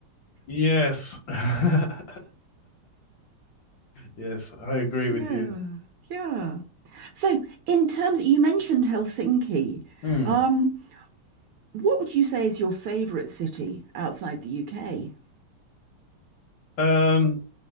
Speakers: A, on the left; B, on the right.
A: Yes, <laughs> yes, I agree
B: Yeah,
A: with you.
B: yeah. So, in terms, you mentioned Helsinki.
A: Hmm.
B: Um, what would you say is your favorite city outside the UK?
A: Um,